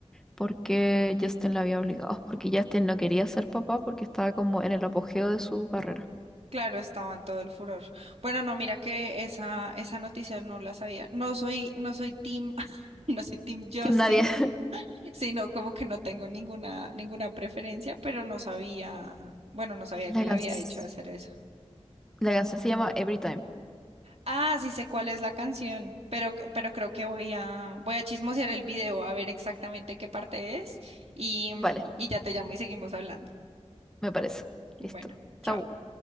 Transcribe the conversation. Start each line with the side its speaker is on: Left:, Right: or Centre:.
Centre: porque Justin la había obligado, porque Justin no quería ser papá porque estaba como en el apogeo de su carrera.
Right: Claro, estaba en todo el furor. Bueno, no, mira que esa, esa noticia no la sabía. No soy, no soy team, <laughs> no soy team Justin,
Centre: Team Nadie. <laughs>
Right: sino como que no tengo ninguna, ninguna preferencia, pero no sabía, bueno, no sabía que
Centre: La
Right: le
Centre: canc-
Right: había hecho hacer eso.
Centre: la canción se llama Every Time.
Right: Ah, sí sé cuál es la canción, pero, pero creo que voy a, voy a chismosear el video a ver exactamente qué parte es y, mm,
Centre: Vale,
Right: y ya te llamo y seguimos hablando.
Centre: me parece. Listo.
Right: Bueno, chao.
Centre: Chau.